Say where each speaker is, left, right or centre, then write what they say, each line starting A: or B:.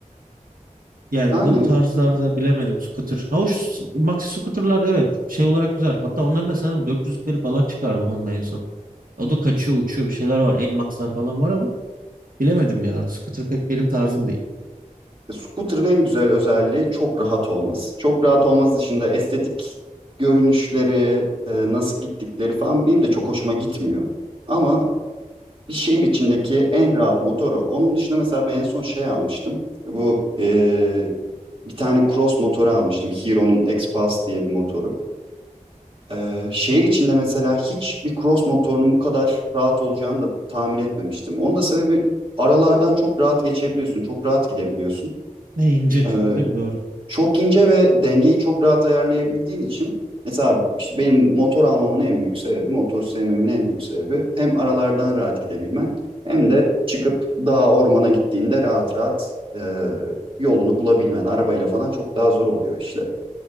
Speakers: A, on the right; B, on the right.
A: Yani
B: Yani
A: bu tarzlarda bilemedim scooter. Ha hoş maxi scooter'lar evet şey olarak güzel. Hatta onların da sanırım 400'lükleri falan çıkardı Honda en son. O da kaçıyor uçuyor bir şeyler var. N-Max'lar falan var ama bilemedim ya. Scooter pek benim tarzım değil.
B: E, Scooter'ın en güzel özelliği çok rahat olması. Çok rahat olması dışında estetik görünüşleri, e, nasıl gittikleri falan benim de çok hoşuma gitmiyor. Ama bir şehir içindeki en rahat motoru. Onun dışında mesela ben en son şey almıştım. Bu e, bir tane cross motoru almıştım. Hero'nun X-Pulse diye bir motoru. E, şehir içinde mesela hiçbir cross motorunun bu kadar rahat olacağını da tahmin etmemiştim. Onun da sebebi aralardan çok rahat geçebiliyorsun, çok rahat gidebiliyorsun.
A: E, ince çünkü
B: Ee,
A: değil mi? Doğru.
B: çok ince ve dengeyi çok rahat ayarlayabildiğin için mesela işte benim motor almamın en büyük sebebi, motor sevmemin en büyük sebebi hem aralardan rahat gidebilmen hem de çıkıp dağa ormana gittiğinde rahat rahat e, yolunu bulabilmen. Arabayla falan çok daha zor oluyor işler.